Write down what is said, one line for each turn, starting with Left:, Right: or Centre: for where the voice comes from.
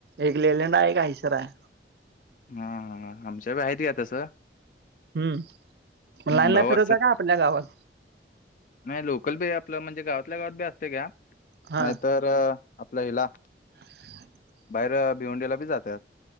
Right: एक लेलेड आहे, एक आयसर आहे.
Left: हा हा आमच्या ब आहेत का तस.
Right: हम्म म लाईन
Left: भाऊ
Right: ला फिरवता
Left: असतात
Right: का आपल्या गावात.
Left: नाही लोकल बी आपलं म्हणजे गावातल्या गावात बी असते घ्या
Right: हा
Left: नाहीतर. आपला हिला.
Right: <inaudible>
Left: बाहेर भिवंडीला बी जातात